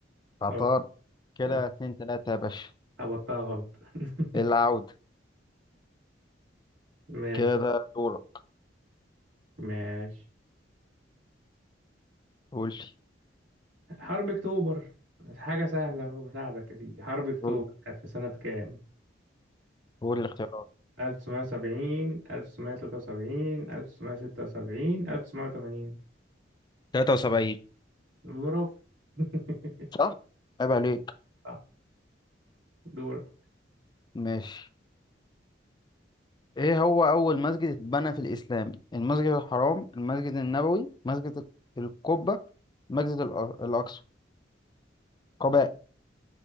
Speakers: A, on the left (about 25°); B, on the right (about 80°).
A: عطار
B: اه
A: كده
B: اه
A: اتنين تلاتة يا باشا
B: هبطتها غلط <laughs>
A: العودة
B: ماشي
A: كده دورك
B: ماشي
A: قول لي
B: حرب أكتوبر حاجة سهلة وبساعدك يا سيدي حرب أكتوبر
A: قول
B: كانت في سنة كام؟
A: قول الاختيارات
B: 1970 1973 1976 1980
A: 73
B: برافو <laughs>
A: صح؟ عيب عليك
B: صح دورك
A: ماشي ايه هو أول مسجد اتبنى في الإسلام؟ المسجد الحرام، المسجد النبوي، مسجد القبة، مسجد الأ- الأقصى قباء